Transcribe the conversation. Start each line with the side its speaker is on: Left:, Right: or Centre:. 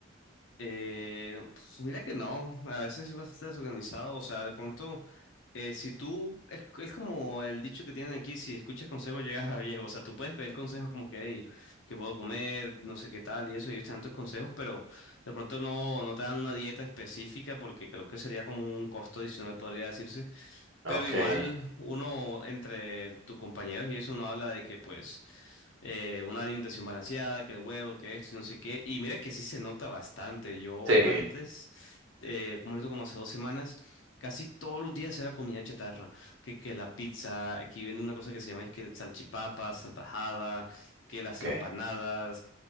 Left: Eh, pues, mira que no, a veces es bastante desorganizado, o sea, de pronto, eh, si tú, es, es como el dicho que tienen aquí, si escuchas consejos llegas a viejo, <laughs> o sea, tú puedes pedir consejos como que, hey, que puedo comer, no sé qué tal y eso, y ellos te dan tus consejos, pero de pronto no, no te dan una dieta específica porque creo que sería como un costo adicional, podría decirse. Pero
Right: Okay,
Left: igual uno entre tus compañeros y eso uno habla de que pues eh, una alimentación balanceada, que el huevo, que esto y no sé qué. Y mira que sí se nota bastante. Yo
Right: sí,
Left: antes, eh, como esto como hace dos semanas, casi todos los días era comida chatarra. Que, que la pizza, aquí vende una cosa que se llama es que el salchipapa, salvajada, que las
Right: okay,
Left: empanadas.